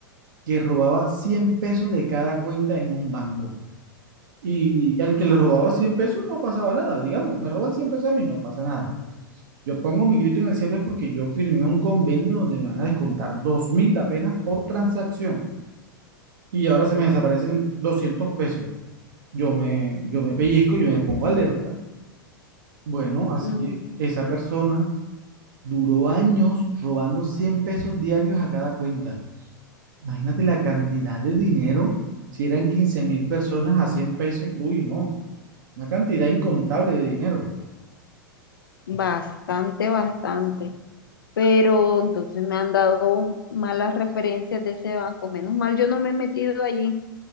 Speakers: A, on the right (about 60°); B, on the left (about 75°).
A: que robaba 100 pesos de cada cuenta en un banco. Y, y al que le robaba 100 pesos no pasaba nada. Digamos, me roban cien pesos a mí, no pasa nada. Yo pongo mi grito en el cielo es porque yo firmé un convenio donde me van a descontar dos mil apenas por transacción y ahora se me desaparecen 200 pesos. Yo me, yo me pellizco, yo me pongo alerta. Bueno, así
B: mm,
A: que esa persona duró años robando 100 pesos diarios a cada cuenta. Imagínate la cantidad de dinero. Si eran quince mil personas a 100 pesos, uy, no, una cantidad incontable de dinero.
B: bastante, bastante. Pero entonces me han dado malas referencias de ese banco. Menos mal yo no me he metido allí